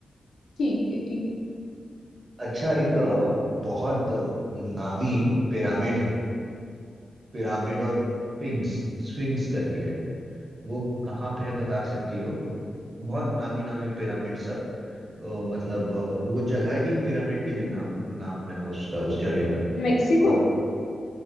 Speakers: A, on the left; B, on the right.
A: ठीक है ठीक है
B: अच्छा एक अ, बहुत अ, नामी पिरामिड है पिरामिड और स्फिंक्स स्फिंक्स करके है वो कहाँ पे है बता सकती हो बहुत नामी नामी पिरामिड सब अ, मतलब अ, वो जगह ही पिरामिड के लिए नाम नाम है उसका उस जगह का
A: मेक्सिको
B: और